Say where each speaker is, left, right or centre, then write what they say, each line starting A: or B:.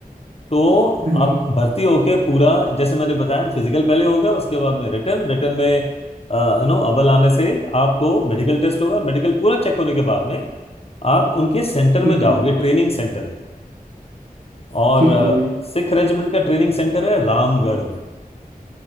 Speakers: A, on the left (about 40°); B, on the right (about 55°).
A: तो
B: हाँ जी
A: आप भर्ती होके पूरा जैसे मैंने बताया फिजिकल पहले होगा उसके बाद में रिटर्न रिटर्न में यू नो अव्वल आने से आपको मेडिकल टेस्ट होगा मेडिकल पूरा चेक होने के बाद में आप उनके सेंटर
B: ठीक
A: में जाओगे
B: है अंकल
A: ट्रेनिंग
B: जी
A: सेंटर में और
B: ठीक
A: अ,
B: है अंकल जी
A: सिख रेजिमेंट का ट्रेनिंग सेंटर है रामगढ़ में